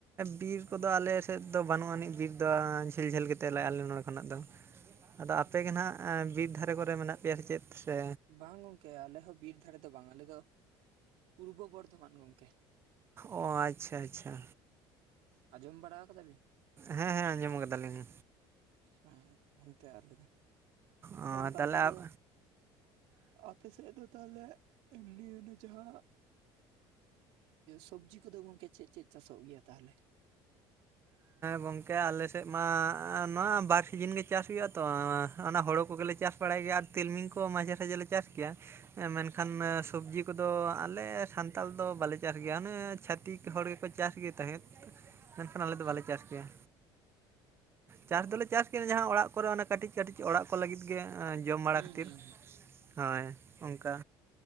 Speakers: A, on the right; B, on the right.
A: ᱵᱤᱨ ᱠᱚᱫᱚ
B: ᱚ
A: ᱟᱞᱮ? <unintelligible> <unintelligible> ᱫᱚ ᱵᱟᱹᱱᱩᱜ ᱟᱹᱱᱤᱡ ᱵᱤᱨ ᱫᱚ ᱡᱷᱟᱹᱞ ᱡᱷᱟᱹᱞ ᱜᱮ ᱛᱟᱞᱮ ᱱᱚᱰᱮ ᱠᱷᱚᱱᱟᱜ ᱫᱚ ᱾ ᱟᱫᱚ ᱟᱯᱮ
B: ᱦᱚᱸ
A: ᱜᱮ ᱦᱟᱸᱜ ᱵᱤᱨ ᱫᱷᱟᱨᱮ ᱠᱚᱨᱮ ᱢᱮᱱᱟᱜ ᱯᱮᱭᱟ ᱥᱮ ᱪᱮᱫ ᱥᱮ?
B: ᱵᱟᱝ ᱜᱚᱝᱠᱮ ᱟᱞᱮ ᱦᱚ ᱵᱤᱨ ᱫᱷᱟᱨᱮ ᱫᱚ ᱵᱟᱝ ᱟᱞᱮ ᱫᱚ ᱯᱩᱨᱵᱚ ᱵᱚᱨᱫᱷᱚᱢᱟᱱ ᱜᱚᱝᱠᱮ ᱾
A: ᱳ ᱟᱪᱪᱷᱟ ᱟᱪᱪᱷᱟ
B: ᱟᱸᱡᱚᱢ ᱵᱟᱲᱟᱣ ᱠᱟᱫᱟ ᱵᱤᱱ?
A: ᱦᱮᱸ ᱦᱮᱸ ᱟᱸᱡᱚᱢ ᱠᱟᱫᱟ ᱞᱤᱧ
B: ᱦᱮ ᱚᱱᱛᱮ ᱟᱞᱮ ᱫᱚ
A: ᱚ
B: ᱛᱟᱦᱞᱮ ᱚᱱᱠᱟ
A: ᱛᱟᱦᱚᱞᱮ
B: ᱟᱯᱮ ᱫᱚ
A: ᱟᱯ
B: ᱟᱯᱮ ᱥᱮᱫ ᱫᱚ ᱛᱟᱦᱚᱞᱮ ᱮᱢᱱᱤ ᱚᱱᱮ ᱡᱟᱦᱟᱸ ᱥᱚᱵᱽᱡᱤ ᱠᱚᱫᱚ ᱜᱚᱝᱠᱮ ᱪᱮᱫ ᱪᱮᱫ ᱪᱟᱥᱚᱜ ᱜᱮᱭᱟ ᱛᱟᱦᱚᱞᱮ?
A: ᱜᱚᱝᱠᱮ ᱟᱞᱮ ᱥᱮᱫ ᱢᱟ ᱱᱚᱣᱟ ᱵᱟᱨ ᱥᱤᱡᱤᱱ ᱜᱮ ᱪᱟᱥ ᱦᱩᱭᱩᱜᱼᱟ ᱛᱚ ᱚᱱᱟ ᱦᱳᱲᱳ ᱠᱚᱜᱮᱞᱮ ᱪᱟᱥ ᱵᱟᱲᱟᱭ ᱜᱮᱭᱟ ᱟᱨ ᱛᱤᱞᱢᱤᱧ ᱠᱚ ᱢᱟᱡᱷᱮ ᱥᱟᱡᱷᱮ ᱞᱮ ᱪᱟᱥ ᱜᱮᱭᱟ ᱢᱮᱱᱠᱷᱟᱱ ᱥᱚᱵᱽᱡᱤ ᱠᱚᱫᱚ ᱟᱞᱮ ᱥᱟᱱᱛᱟ ᱫᱚ ᱵᱟᱞᱮ ᱪᱟᱥ ᱜᱮᱭᱟ ᱟᱱᱮ ᱪᱷᱟᱛᱤᱠ ᱦᱚᱲ ᱜᱮᱠᱚ ᱪᱟᱥ ᱜᱮ ᱛᱟᱦᱮᱸᱦᱮᱫ ᱢᱮᱱᱠᱷᱟᱱ ᱟᱞᱮ
B: ᱦᱩᱸ
A: ᱫᱚ ᱵᱟᱞᱮ ᱪᱟᱥ ᱜᱮᱭᱟ ᱪᱟᱥ
B: ᱚ,
A: ᱫᱚᱞᱮ ᱪᱟᱥ ᱮᱠᱮᱞ ᱡᱟᱦᱟᱸ ᱚᱲᱟᱜ ᱠᱚᱨᱮ ᱚᱱᱟ ᱠᱟᱹᱴᱤᱡᱽ ᱠᱟᱹᱴᱤᱡᱽ ᱚᱲᱟᱜ ᱠᱚ ᱞᱟᱹᱜᱤᱫ ᱜᱮ ᱡᱚᱢ ᱵᱟᱲᱟ
B: ᱦᱩᱸ
A: ᱠᱷᱟᱹᱛᱤᱨ
B: ᱦᱩᱸ ᱦᱩᱸ
A: ᱦᱳᱭ ᱚᱱᱠᱟ